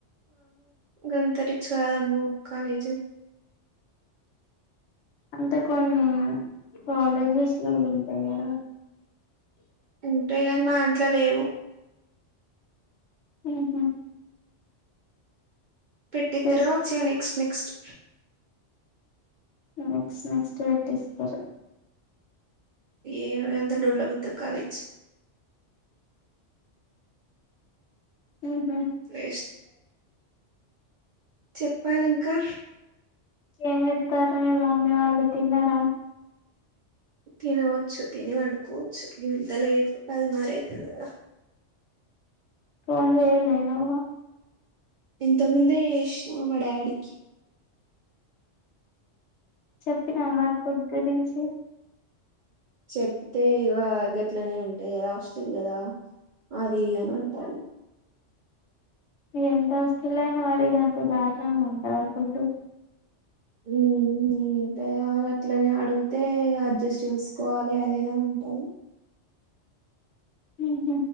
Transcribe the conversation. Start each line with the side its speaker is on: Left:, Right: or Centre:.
Right: గంతరిచ్చ కాదము కాలేజ్
Left: అంతే కొన్ని కాలేజీ వస్లు అ <unintelligible>
Right: అన్ట సినిమా అంట్లా లేవు
Left: ఉహు
Right: పెట్టిత్తరు
Left: జస్ట్
Right: వచ్చెయ్ నెక్స్ట్ నెక్స్ట్
Left: నెక్స్ట్ నెక్స్ట్ వెట్టిస్తారు
Right: ఏ అంత డొల్ల గుద్ద కాలేజ్
Left: ఉహు
Right: వేస్ట్ చెప్పాలింకా
Left: ఏం చేత్తారు మీ మమ్మీ వాళ్ళు తిన్నారా
Right: తినవచ్చు తిని వండుకోవచ్చు గింత లేటు పదినర అయితది గద
Left: ఫోన్ చెయ్యలే నువ్వు
Right: ఇంతక్ ముందే ఏష్ మా మ డాడీకి
Left: చెప్పినవ మరి ఫుడ్ గురించి
Right: చెప్తే ఇగ గట్లనే ఉంటాయి కదా హస్టల్ గదా అది ఇదని అంటారు
Left: ఎంత హస్టల్ అయినా మరి గంత దారుణంగా ఉంటద ఫుడ్డు
Right: మ్మ్ మ్మ్ అట్లనే అడుగుతే అడ్జస్ట్ చేసుకోవాలే అదిదని అంటరు
Left: మ్మ్